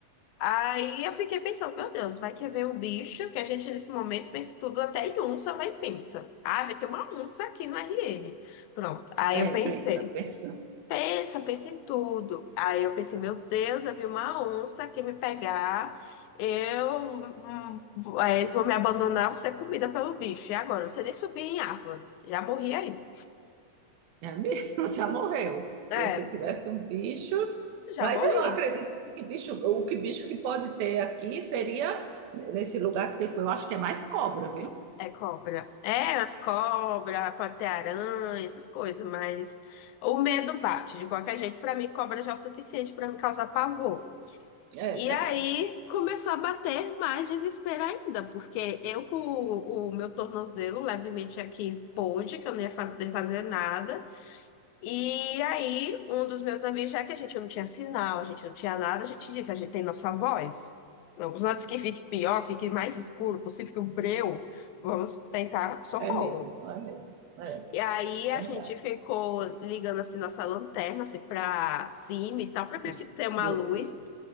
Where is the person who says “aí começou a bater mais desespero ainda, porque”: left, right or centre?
Left